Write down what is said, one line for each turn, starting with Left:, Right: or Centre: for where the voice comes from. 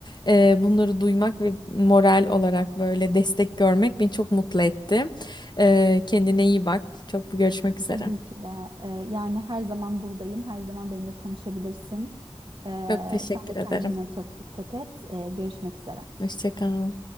Left: eee, bunları duymak ve moral olarak böyle destek görmek beni çok mutlu etti. Eee, kendine iyi bak. Çok görüşmek üzere.
Right: Tabii ki de. Ee, yani her zaman buradayım. Her zaman benimle konuşabilirsin. Ee,
Left: Çok teşekkür
Right: sen de
Left: ederim.
Right: kendine çok dikkat et. Ee, görüşmek üzere.
Left: Hoşça kal.